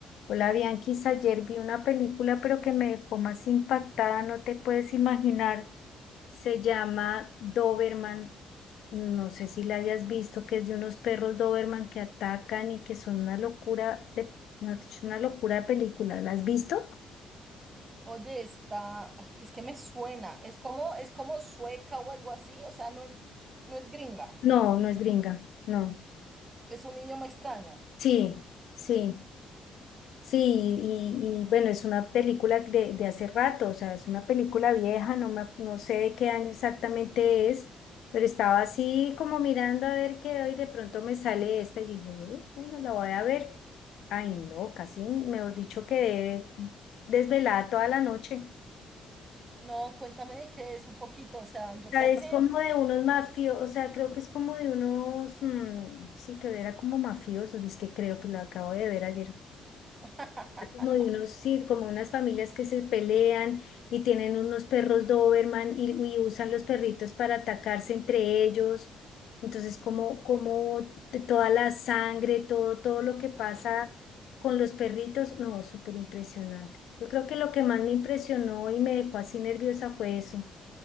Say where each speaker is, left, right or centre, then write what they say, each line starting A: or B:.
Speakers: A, on the left; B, on the right.
A: Hola Bianquis, ayer vi una película pero que me dejó más impactada, no te puedes imaginar. Se llama Doberman, no sé si la hayas visto, que es de unos perros Doberman que atacan y que son una locura de, no, es una locura de película. ¿La has visto?
B: Oye, está, ay, es que me suena, es como, es como sueca o algo así, o sea, no es, no es gringa,
A: No, no es gringa, no.
B: es un idioma extraño.
A: Sí, sí. Sí, y, y bueno, es una película de, de hace rato, o sea, es una película vieja, no me, ac- no sé de qué año exactamente es, pero estaba así como mirando a ver qué hoy de pronto me sale esta, y yo dije, "Eh, bueno, la voy a ver. Ay, no, casi, mejor dicho, quedé desvelada toda la noche.
B: No, cuéntame de qué es un poquito, o sea,
A: O
B: yo
A: sea,
B: creo
A: es
B: que,
A: como de unos mafiosos, o sea, creo que es como de unos, mm, sí, que era como mafiosos, es que creo que lo acabo de ver ayer.
B: <laughs>
A: como de unos, sí, como unas familias que se pelean y tienen unos perros Doberman y, y usan los perritos para atacarse entre ellos. Entonces, como, como de toda la sangre, todo, todo lo que pasa con los perritos, no, súper impresionante. Yo creo que lo que más me impresionó y me dejó así nerviosa fue eso,